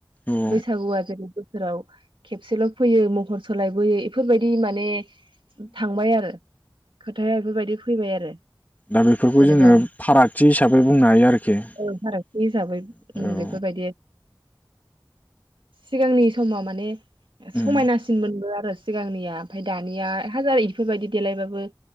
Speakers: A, on the left (about 20°); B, on the right (about 75°).
A: औ
B: बैसागुआ जेरै बो सोरोव खेबसेल फैयो महर। सोलायबोयो बेफोरबायदि माने। थांबाय आरो खोथाया बेफोरबायदि। फैबाय आरो।
A: दा बेफोरखौ
B: जेनेबा
A: जोङो फारागथि हिसाबै बुंनो हायो आरोखि औ।
B: औ फारागथि हिसाबै उम बेफोरबायदि सिगांनि समाव माने। समायनासिन
A: उम
B: मोन आरो। सिगांनिया ओमफ्राय दानिया। हाजार इफोरबायदि देलायबाबो।